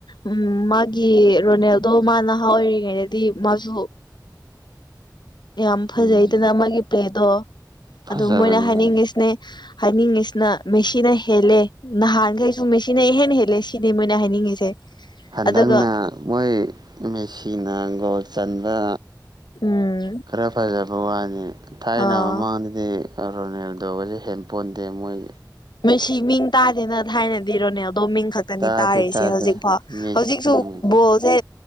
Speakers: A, on the left; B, on the right.
A: ꯎꯝ ꯃꯥꯒꯤ ꯔꯣꯅꯦꯜꯗꯣ ꯃꯥ ꯅꯍꯥ ꯑꯣꯏꯔꯤꯉꯩꯗꯗꯤ ꯃꯥꯁꯨ ꯌꯥꯝ ꯐꯖꯩꯗꯅ
B: ꯎꯝ
A: ꯑꯃꯒꯤ ꯄ꯭ꯂꯦꯗꯣ
B: ꯐꯖꯕꯅꯦ
A: ꯑꯗꯨ ꯃꯣꯏꯅ ꯍꯥꯏꯅꯤꯡꯉꯤꯁꯦ ꯍꯥꯏꯅꯤꯡꯉꯤꯁꯤꯅ ꯃꯦꯁꯤꯅ ꯍꯦꯜꯂꯦ ꯅꯍꯥꯟꯈꯩꯁꯨ ꯃꯦꯁꯤꯅ ꯏꯍꯦꯟ ꯍꯦꯜꯂꯦ ꯁꯤ ꯁꯤꯅꯦ ꯃꯣꯢꯅ ꯍꯥꯏꯅꯤꯡꯉꯤꯁꯦ
B: ꯍꯟꯗꯛꯅ
A: ꯑꯗꯨꯒ
B: ꯃꯣꯏ ꯃꯦꯁꯤꯅ ꯒꯣꯜ ꯆꯟꯕ
A: ꯎꯝ
B: ꯈꯔ ꯐꯖꯕ ꯋꯥꯅꯤ ꯊꯥꯏꯅ
A: ꯑ
B: ꯃꯥꯡꯗꯗꯤ ꯔꯣꯅꯦꯜꯗꯣꯒꯁꯦ ꯍꯦꯟꯄꯣꯟꯗꯦ ꯃꯣꯏ
A: ꯃꯁꯤ ꯃꯤꯡ ꯇꯥꯗꯦꯅ ꯊꯥꯏꯅꯗꯤ ꯔꯣꯅꯦꯜꯗꯣ ꯃꯤꯡ ꯈꯛ
B: ꯇꯥꯗꯦ
A: ꯅꯤ ꯇꯥꯔꯤꯁꯦ
B: ꯇꯥꯗꯦ
A: ꯍꯧꯖꯤꯛ ꯐꯥꯎ
B: ꯃꯤ
A: ꯍꯧꯖꯤꯛꯁꯨ
B: ꯎꯝ
A: ꯕꯣꯜꯁꯦ